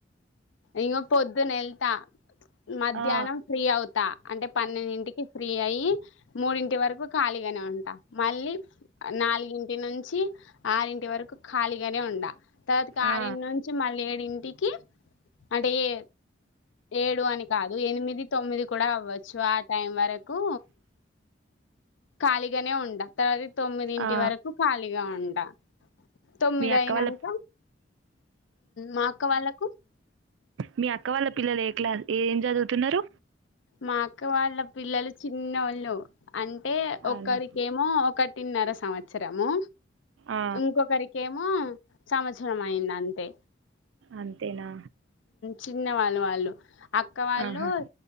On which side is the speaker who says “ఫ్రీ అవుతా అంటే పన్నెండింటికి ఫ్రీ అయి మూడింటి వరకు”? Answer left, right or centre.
Left